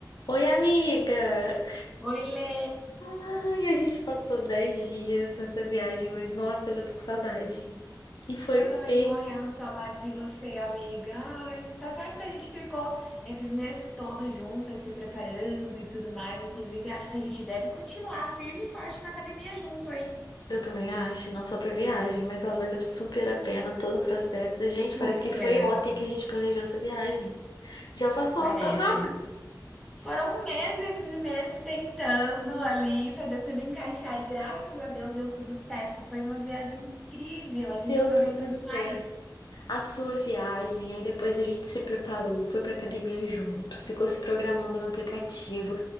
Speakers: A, on the left; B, in the centre.
A: Oi, amiga!
B: Oi, Lê!
A: Ai, a gente passou 10 dias nessa viagem, mas nossa, já tô com saudade. E foi
B: Eu
A: perfeita.
B: também tô morrendo de saudade de você, amiga. Ai, tá certo que a gente ficou esses meses todos juntas, se preparando e tudo mais. Inclusive, acho que a gente deve continuar firme e forte na academia junto, hein?
A: Eu também acho, não só pra viagem, mas ó, valeu super a pena todo o processo. Gente,
B: Super,
A: parece que foi ontem que a gente planejou essa viagem. Já passou
B: parece.
A: tão rápido.
B: Foram meses e meses tentando ali fazer tudo encaixar e graças a Deus deu tudo certo. Foi uma viagem incrível, a gente
A: Deu
B: aproveitou
A: tudo
B: demais.
A: certo. A sua viagem, aí depois a gente se preparou, foi pra academia junto, ficou se programando no aplicativo.